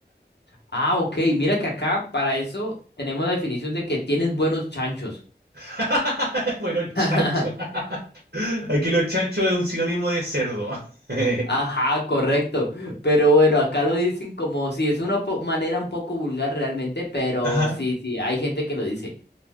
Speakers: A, on the left (about 70°); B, on the right (about 70°).
A: Ah, ok. Mira que acá para eso tenemos la definición de que tienes buenos chanchos.
B: <laughs> Bueno, chancho.
A: <laughs>
B: <laughs> Aquí los chanchos es un sinónimo de cerdo. <laughs>
A: Ajá, correcto. Pero bueno, acá lo dicen como si es una po- manera un poco vulgar realmente, pero
B: Ajá.
A: sí, sí, hay gente que lo dice.